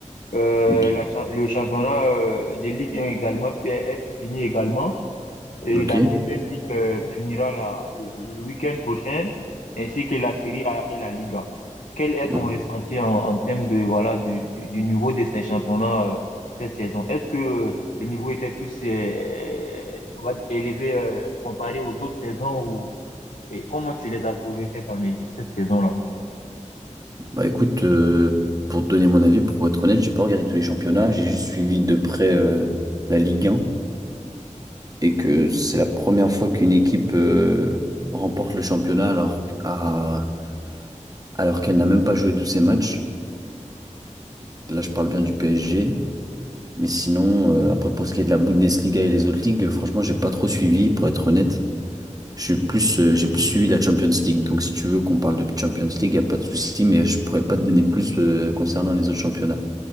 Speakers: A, on the left; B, on the right.
A: Euh,
B: Ok.
A: la cha- le championnat euh, des Ligue 1 également fi- est, est fini également. Et
B: Ok.
A: la Premier League euh, finira la- le, le week-end prochain, ainsi que la Série A et la Liga. Quel est
B: Ouais.
A: ton ressenti en, en termes de, voilà, du, du, du niveau de ces championnats euh, cette saison? Est-ce que euh, le niveau était plus euh, on va dire, élevé euh, comparé aux autres saisons ou et comment tu les as trouvés cette année, cette saison-là?
B: Bah écoute, euh, pour te donner mon avis, pour être honnête, j'ai pas regardé tous les championnats, j'ai juste suivi de près euh, la Ligue 1 et que c'est la première fois qu'une équipe euh, remporte le championnat alors, qu- à- alors qu'elle n'a même pas joué tous ses matchs. Là, je parle bien du PSG. Mais sinon, euh, après, pour ce qui est de la Bundesliga et les autres ligues, euh, franchement, j'ai pas trop suivi, pour être honnête. Je suis plus, euh, j'ai plus suivi la Champions League. Donc, si tu veux qu'on parle de Champions League, il n'y a pas de souci, mais je pourrais pas te donner plus, euh, concernant les autres championnats.